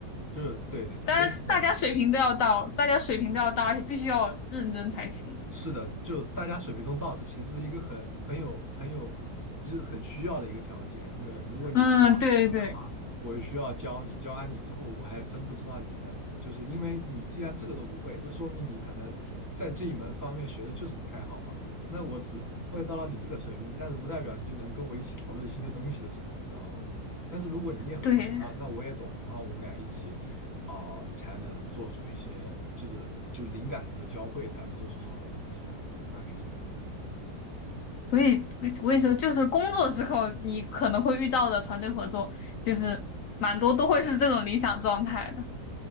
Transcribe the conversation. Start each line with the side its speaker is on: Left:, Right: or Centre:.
Right: 就是对对对，
Left: 当然大家水平都要到，
Right: 真是这样的
Left: 大家水平都要到，而且必须要认真才行。
Right: 是的，就大家水平中到，这其实是一个很很有很有，就是很需要的一个条件。就是如果你答不会的话，
Left: 嗯，对对
Right: 我就需要教你，教完你之后，我还真不知道你能，就是因为你既然这个都不会，就说明你可能在这一门方面学的就是不太好嘛。那我只会到了你这个水平，但是不代表你就能跟我一起讨论新的东西的水平，你知道吗？但是如果你也很会啊，
Left: 对，
Right: 那我也懂，然后我们俩一起哦、呃才能做出一些就是就是灵感的交汇，才能做出好的东西来，大概是这个意思，
Left: 所以我跟你说，就是工作之后你可能会遇到的团队合作，就是蛮多都会是这种理想状态的。